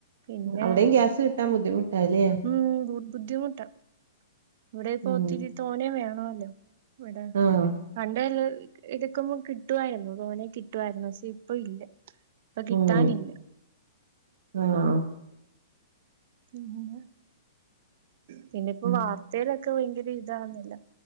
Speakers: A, on the right (about 45°); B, on the right (about 65°).
A: പിന്നെ
B: അവിടെയും ഗ്യാസ് കിട്ടാൻ ബുദ്ധിമുട്ടാല്ലേ
A: ഉം ബു ബുദ്ധിമുട്ടാ ഇവിടെപ്പോ
B: ഉം
A: ഒത്തിരി തോന്നെ വേ ല്ലോ ഇവിടെ
B: ആഹ്
A: പണ്ടല്ല ഇതക്കുമ്പോ കിട്ടുവായിരുന്നു തോനെ കിട്ടുയിരുന്നു പക്ഷെ ഇപ്പൊ ഇല്ല. ഇപ്പൊ കിട്ടാനില്ല
B: ഉം ആഹ്
A: പിന്നെന്ന പിന്നെ ഇപ്പ
B: ഉം
A: വാർത്തയിലൊക്കെ ഭയങ്കര വേറൊന്നുമില്ല.